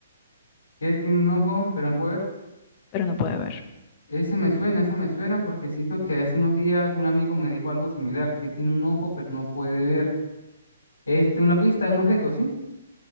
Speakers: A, on the left; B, on the left.
A: ¿Qué tiene un ojo, pero no puede ver?
B: Pero no puede ver.
A: Ese me suena, esa me suena porque siento que hace unos días un amigo me dijo algo similar, que tiene un ojo, pero no puede ver. Este, una pista de un objeto, ¿sí?